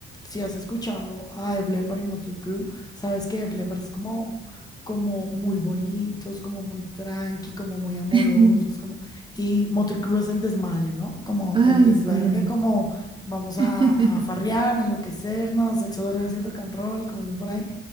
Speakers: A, on the left (about 20°); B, on the right (about 25°).
A: si has escuchado a Def Leppard y Motley Crue, sabes que Def Leppard es como, como muy bonitos, como muy tranqui, como muy amorosos,
B: <laughs>
A: como... Y Motley Crue es el desmadre, ¿no? Como
B: Ay,
A: el desvergue,
B: sí.
A: como vamos a,
B: <laughs>
A: a farrear, enloquecernos, sexo, drogas y rock and roll, como dicen por ahí.